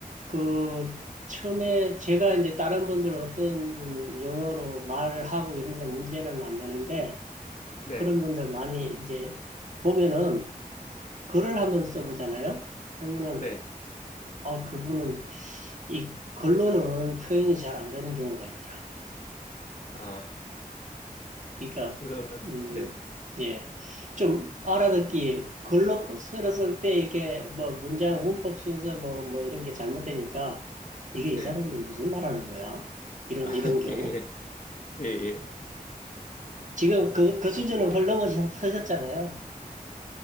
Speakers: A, on the right (about 55°); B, on the left (about 60°).
A: 그 처음에 제가 이제 다른 분들 어떤 분 영어로 말을 하고 이런데 문제는 안 되는데
B: 네.
A: 그런 분들 많이 이제 보면은 글을 한번 써보잖아요. 그러면은
B: 네.
A: 아, 그분은 이 글로는 표현이 잘 안 되는 경우가 있더라고요.
B: 아,
A: 그러니까,
B: 그러면,
A: 음,
B: 네.
A: 예. 좀 알아듣기, 글로 쓸었을 때 이렇게 뭐 문장, 문법 순서 뭐, 뭐 이런 게 잘못되니까 이게 이
B: 네.
A: 사람이 무슨 말 하는 거야? 이런,
B: 아, <laughs>
A: 이런 경우.
B: 예, 예, 예. 예.
A: 지금 그, 그 수준은 훨씬 넘어서셨잖아요